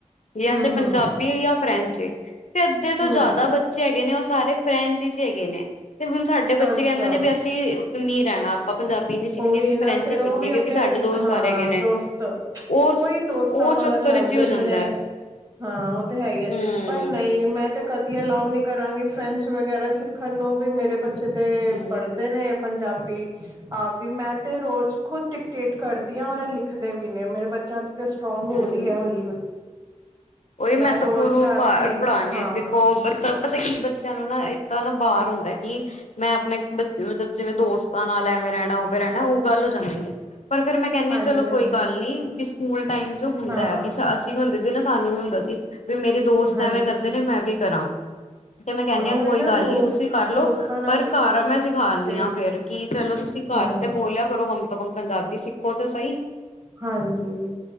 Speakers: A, on the left; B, on the right.
A: ਜਾਂ
B: ਹੂੰ
A: ਤੇ ਪੰਜਾਬੀ
B: ਹੂੰ
A: ਏ ਜਾਂ ਫਰੈਂਚ ਏ ਤੇ ਅੱਧੇ ਤੋਂ
B: ਹੂੰ
A: ਜ਼ਿਆਦਾ ਬੱ ਚ ਹੈਗੇ ਨੇ ਉਹ ਸਾਰੇ ਫਰੈਂਚ 'ਚ ਹੈਗੇ ਨੇ ਤੇ ਹੁਣ ਸਾਡੇ ਬੱਚੇ
B: ਅੱਛਾ
A: ਕਹਿੰਦੇ ਨੇ ਵੀ ਅਸੀ ਬੀ ਉਧਰ ਨਹੀ ਰਹਿਣਾ ਆਪਾਂ ਪੰਜਾਬੀ ਨੀ ਸਿੱਖਣੀ
B: ਉਹੀ
A: ਅਸੀਂ
B: ਨਾ
A: ਫਰੈਂਚ
B: ਫਿਰ
A: ਹੀ ਸਿੱਖਣੀ
B: ਉਹ ਵੀ ਆਪਣੇ
A: ਕਿਉਂਕਿ ਸਾਡੇ ਦੋਸਤ
B: ਹਾਂ
A: ਸਾਰੇ ਹੈਗੇ ਨੇ
B: ਦੋਸਤ <inaudible>
A: ਉਹ
B: ਉਹੀ ਦੋਸਤ
A: ਉਹ
B: ਮਗਰ
A: ਚੱਕਰ
B: ਲੱਗ
A: ਚ ਹੀ
B: ਜਾਂਦੇ
A: ਹੋ ਜਾਂਦਾ।
B: ਨੇ ਹਾਂ ਉਹ ਤੇ ਹੈ ਹੀ ਹੈ
A: ਹੂੰ,
B: ਪਰ ਨਹੀਂ ਮੈਂ ਤੇ ਕਦੀ ਅਲਾਓ ਨਹੀਂ ਕਰਾਂਗੀ ਫਰੈਂਚ ਵਗੈਰਾ ਸਿੱਖਣ ਨੂੰ ਵੀ ਮੇਰੇ ਬੱਚੇ ਤੇ
A: ਹੂੰ,
B: ਪੜ ਨੇ ਪੰਜਾਬੀ <inaudible> ਆਪ ਵੀ ਮੈਂ ਤੇ ਰੋਜ਼ ਖੁਦ ਡਿਕਟੇਟ ਕਰਦੀ ਹਾਂ ਔਰ ਇਹ ਲਿਖਦੇ ਵੀ ਨੇ ਮੇਰੇ ਬੱਚ ਬੱਚਿਆਂ ਨੂੰ ਸਟਰੋਂਗ ਹੋ
A: ਹੂੰ।
B: ਰਹੀ ਹੈ ਹੌਲੀ- ਹੌਲੀ
A: ਉਹੀ ਮੈਂ
B: ਰੋਜ਼
A: ਤਾਂ ਖੁਦ
B: ਰਾਤੀ
A: ਘਰ ਪੜਾਉਦੀ
B: ਹਾਂ
A: ਆਂ ਕਿ ਦੇਖੋ ਪਤਾ ਕੀ ਬੱਚਿਆਂ ਨੂੰ ਨਾ ਇੱਕ ਤਾਂ ਨਾ ਬਾਹਰ ਹੁੰਦਾ ਕੀ ਮੈਂ ਆਪਣੇ ਬੱਚੇ ਮਤਲਬ ਜਿਵੇਂ ਦੋਸਤਾਂ ਨਾਲ ਐਵੇਂ ਰਹਿਣਾ ਉਵੇ ਰਹਿਣਾ ਉਹ ਗੱਲ ਹੋ ਜਾਂਦੀ ਹੈ ਪਰ ਫਿਰ ਮੈਂ ਕਹਿੰਦੀ
B: ਹਾਂਜੀ
A: ਹਾਂ ਚਲੋ
B: ਹਾਂਜੀ
A: ਕੋਈ ਗੱਲ ਨੀ ਵੀ ਸਕੂਲ ਟਾਈਮ ਚ ਹੁੰਦਾ
B: ਹਾਂ
A: ਹੈ ਵੀ ਅਸੀਂ ਵੀ ਹੁੰਦੇ ਸੀ ਨਾ ਸਾਨੂੰ ਵੀ ਹੁੰਦਾ ਸੀ ਵੀ ਮੇਰੇ ਦੋਸਤ
B: ਹਾਂਜੀ
A: ਐਵੇਂ ਕਰਦੇ ਨੇ ਮੈਂ ਵੀ ਕਰਾਂ। ਤੇ ਮੈਂ ਕਹਿੰਦੀ ਹਾਂ
B: ਉਹੀ
A: ਕੋਈ
B: ਨਾ
A: ਗੱਲ
B: ਦੋਸਤ
A: ਨੀ ਤੁਸੀਂ ਕਰਲਓ
B: ਦੋਸਤਾਂ ਨਾਲ
A: ਪਰ
B: ਹੀ
A: ਘਰ ਮੈਂ
B: ਜਾਂਦੇ ਨੇ
A: ਸਿਖਾਣੀ
B: ਬੱਚੇ
A: ਹਾਂ ਫੇਰ ਕੀ ਚਲੋ ਤੁਸੀਂ ਘਰ
B: ਹਮ
A: ਤੇ ਬੋਲਿਆ ਕਰੋ ਕਮ ਤੋਂ ਕਮ ਪੰਜਾਬੀ ਸਿੱਖੋ ਤੇ ਸਹੀ
B: ਹਾਂਜੀ